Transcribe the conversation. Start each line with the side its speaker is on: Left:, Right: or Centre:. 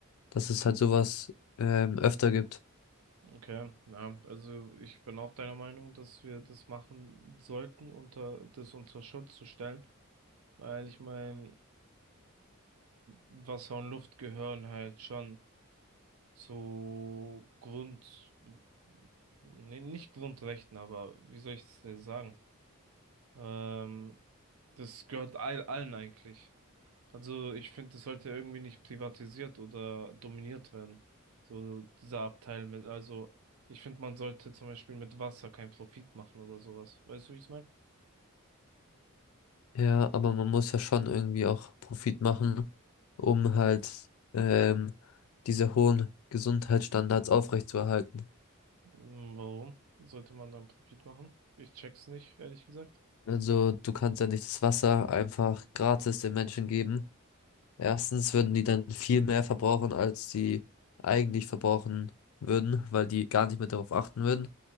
Left: dass es halt sowas ähm, öfter gibt.
Right: Okay, ja, also ich bin auch deiner Meinung, dass wir das machen sollten, unter das unter Schutz zu stellen, weil ich meine, Wasser und Luft gehören halt schon. so Grund, nee, nicht Grundrechten, aber wie soll ich das denn sagen? Ähm, das gehört all, allen eigentlich. Also ich finde, das sollte irgendwie nicht privatisiert oder dominiert werden. So dieser Abteil mit, also ich finde, man sollte zum Beispiel mit Wasser keinen Profit machen oder sowas. Weißt du, wie ich es meine?
Left: Ja, aber man muss ja schon irgendwie auch Profit machen, um halt ähm, diese hohen Gesundheitsstandards aufrechtzuerhalten.
Right: Hm, Warum sollte man dann Profit machen? Ich check's nicht, ehrlich gesagt.
Left: Also du kannst ja nicht das Wasser einfach gratis den Menschen geben. Erstens würden die dann viel mehr verbrauchen, als sie eigentlich verbrauchen würden, weil die gar nicht mehr darauf achten würden.